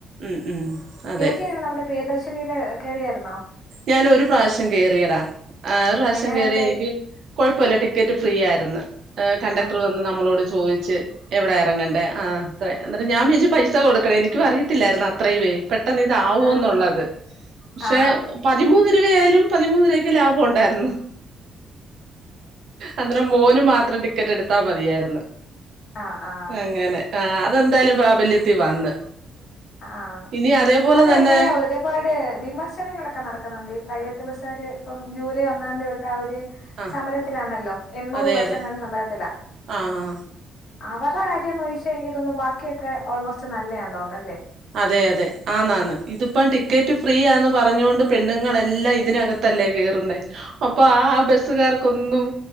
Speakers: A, on the right; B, on the left.
A: ഉം ഉം അതെ
B: ചേച്ചിങ്ങനെ നമ്മുടെ പ്രിയദർ നീല് കെറിയാരുന്നോ
A: ഞാൻ ഒരു പ്രാവശ്യം കേറിയടാ ആ ഒരു പ്രാവശ്യം
B: എങ്ങനെണ്ട്
A: കേറി എനിക്ക് കൊഴപ്പമില്ല റ്റി ക്കറ്റ് ഫ്രീ ആരുന്നു കണ്ടക്ടർ
B: ആ ആ
A: വന്ന് നമ്മളോട് ചോ ച്ച് എവിടെ ഇറങ്ങണ്ടേ ആ ത്രേ അന്നേരം ഞാൻ വിയാച് പൈസ കൊടുക്കണേ എനിക്ക് അറിയിത്തില്ലായിരുന്നു അത്രയുവെ പേ ട്ടെന്ന് ഇതാവൂന്നുള്ളത്
B: ആ
A: പക്ഷേ
B: ആ
A: പതിമൂന്ന് രൂപയായാലും പതിമൂന്നിരുപക് ലാഭം ഉണ്ടായിരുന്നു അന്നേരം മോന് മാ ത്രം ടിക്കറ്റ് എടുത്താ മതിയായിരുന്നു
B: ആ ആ ആ
A: അങ്ങനെ ആ അതെന്തായാലും പ്രാബല്യത്തിൽ വന്ന്
B: ആ
A: ഇനി അതേപോലെ
B: അതിനെതിരെ
A: തന്നെ
B: ഒരുപാട് വിമർശനങ്ങളൊക്കെ നട ക്കുന്നുണ്ട് ഈ പ്രൈവറ്റ് ബസ്കാര് ഇപ്പം ജൂലൈ ഒന്നാതീയെതൊട്ട് അവര്
A: ആ
B: സമരത്തിലാണല്ലോ എണ്ണൂറ്
A: അതെ
B: ബസ്
A: അതെ
B: എങ്ങാണ്ട് സമരത്തിലാ
A: ആ ആ
B: അവറെ കാര്യന്നുയിഷ എനിക്ക് തോന്നുന്നു ബാക്കിയൊക്കെ ഓൾമോസ്റ്റ് നല്ലയാന്ന് തോന്ന ല്ലേ
A: അതെ അതെ ആന്നാന്ന് ഇതിപ്പം ടിക്കറ്റ് ഫ്രീ ആന്ന് പറഞ്ഞൊണ്ട് പെണ്ണുങ്ങളെല്ലാം ഇ തിനകത്തല്ലേ കേറുന്നേ അപ്പൊ ആ ബസ്സുകാർ ക്കൊന്നും